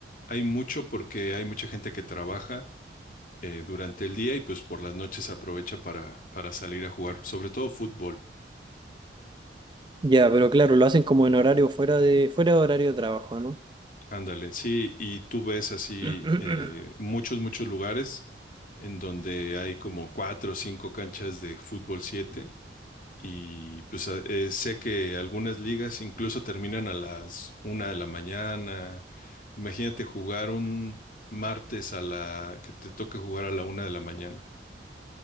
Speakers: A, on the left (about 45°); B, on the right (about 25°).
A: Hay mucho porque hay mucha gente que trabaja eh, durante el día y pues por las noches aprovecha para, para salir a jugar, sobre todo fútbol.
B: Ya, pero claro, lo hacen como en horario fuera de, fuera de horario de trabajo, ¿no?
A: Ándale, sí, y tú ves así
B: <clears throat>
A: eh, muchos, muchos lugares en donde hay como cuatro o cinco canchas de fútbol 7. Y pues a- eh, sé que algunas ligas incluso terminan a las una de la mañana. Imagínate jugar un martes a la que te toque jugar a la una de la mañana.